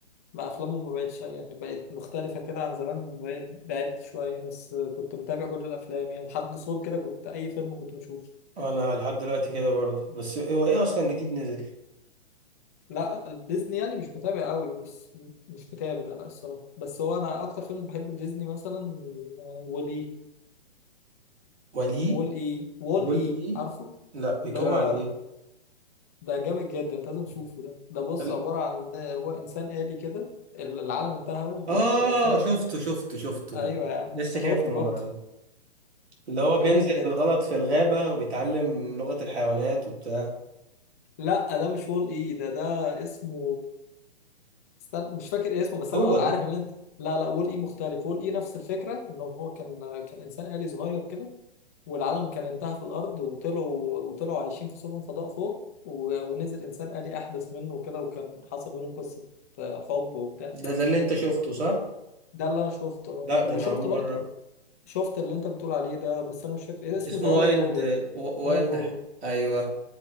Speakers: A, on the left; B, on the right.
A: ما افلامهم ما بقتش يعني بقت مختلفه كده عن زمان بعدت شويه بس كنت متابع كل الافلام يعني لحد سول كده كنت اي فيلم كنت بشوفه
B: انا لحد دلوقتي كده برضه بس هو ايه اصلا جديد نزل
A: لا ديزني يعني مش متابع قوي بس مش متابع لا الصراحه بس هو انا اكتر فيلم بحبه ديزني مثلا وولي
B: ولي
A: وول اي وول
B: قول
A: اي
B: ايه
A: عارفه
B: لا بيتكلم
A: اللي هو
B: عن ايه
A: ده جامد جدا انت لازم تشوفه ده ده بص
B: قال-
A: عبارة عن هو انسان آلي كده ال- العالم انتهى وكان
B: اه
A: فاضي
B: شفته شفته شفته
A: ايوه
B: شفته
A: يا عم
B: لسه
A: انا
B: شايفه
A: قلت
B: من
A: برضه
B: ورايا اللي هو بينزل
A: جامد جدا
B: بالغلط في الغابة وبيتعلم لغة الحيوانات وبتاع
A: لا ده مش وول اي ده ده اسمه استنى مش فاكر اسمه بس
B: هو
A: انا
B: ده
A: عارف اللي انت لا لا وول اي مختلف وول اي نفس الفكرة ان هو كان كان انسان آلي صغير كده والعالم كان انتهى في الارض وطلعوا وطلعوا عايشين في سفن فضاء فوق و- ونزل انسان آلي احدث منه كده وكان حصل بينهم قصه آه، حب وبتاع
B: ده ده اللي انت شفته صح؟
A: ده اللي انا شفته
B: لا ده
A: وشفت
B: انا اول مرة
A: برضو شفت اللي انت بتقول عليه ده بس انا مش فاكر ايه اسمه
B: اسمه
A: ذا وايلد
B: وايلد
A: روبوت
B: وايلد
A: وايلد روبوت
B: ح- ايوه